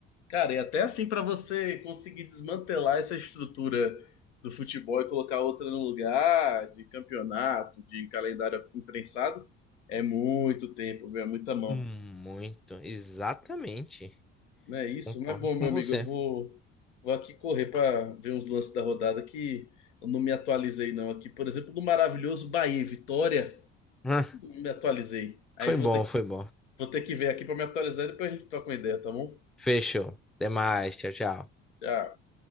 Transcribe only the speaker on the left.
Cara, e até assim para você conseguir desmantelar essa estrutura do futebol e colocar outra no lugar, de campeonato, de calendário imprensado, é muito tempo, viu? É muita mão.
Não é isso?
Mas bom, meu
amigo,
eu vou, vou aqui correr para ver uns lances da rodada que eu não me atualizei não aqui. Por exemplo, no maravilhoso Bahia e Vitória,
não me atualizei. Aí
vou
ter, que-
vou ter que ver aqui para me atualizar e depois a gente toca uma ideia, tá bom?
Tchau.